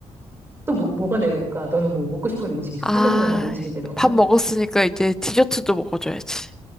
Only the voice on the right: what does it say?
또 뭐, 뭐가 내려올까? 너는 뭐 먹고 싶은 음식 있어?
하늘에서 막 음식이 내려오면?